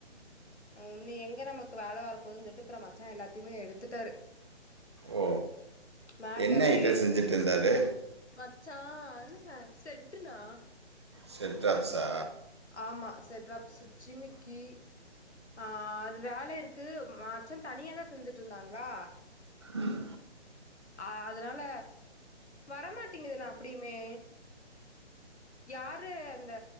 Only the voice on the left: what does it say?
ம் நீ எங்க நமக் <unintelligible> வேல வரப்போதுன் சொல்ட்டு அப்புறம் மச்சான் எல்லாத்தையுமே எடுத்துட்டாரு
மேட்டெல்லாம்
எடு
வ ச்சா என்னனா செட்டுனா
ஆமா செட்ராப்ஸு ஜிமிக்கி ஆஹ்ன் அது வேலை இருக்கு ம மச்சான் தனியாதான் செஞ்சுட்ருந்தாங்களா
ஆன் அதனால வரமாட்டிங்குதுனா அப்டியுமே யாரு அந்த